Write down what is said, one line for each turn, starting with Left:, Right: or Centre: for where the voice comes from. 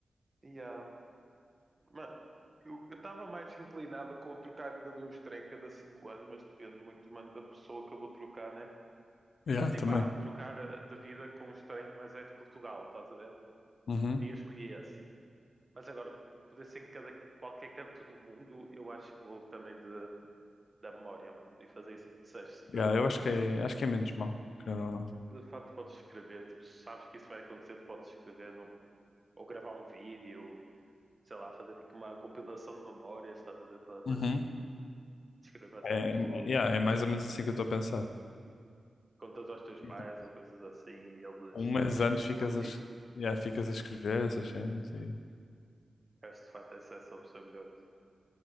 Right: Yeah. Mano, eu eu estava mais inclinado com trocar a vida de um estranho cada cinco anos, mas depende muito, mano, da pessoa que eu vou trocar, né?
Left: Yeah,
Right: só se tipo,
Left: também.
Right: ah, trocar eh, de vida com um estranho, mas é de Portugal, estás a ver?
Left: Uhum.
Right: Aí eu escolhi esse. Mas agora, poder ser em cada, qualquer canto do mundo, eu acho que vou também de, da memória, mano. E fazer isso que tu disseste. De,
Left: Yeah, eu acho que é, acho que é menos mal, querendo ou não.
Right: de facto, podes escrever. Tipo, se sabes que isso vai acontecer, tu podes escrever num, ou gravar um vídeo, sei lá, fazer tipo uma compilação de memórias, estás a ver, para para
Left: Uhum.
Right: ti. Escrever praticamente
Left: É,
Right: tudo.
Left: é, yeah, é mais ou menos assim que eu estou a pensar.
Right: Contas aos teus pais
Left: E, tipo,
Right: ou coisas assim e eles,
Left: um mês
Right: eles explicam
Left: antes ficas
Right: a ti.
Left: a, es- yeah, ficas a escrever essas cenas e...
Right: Acho que de facto essa, essa opção é melhor.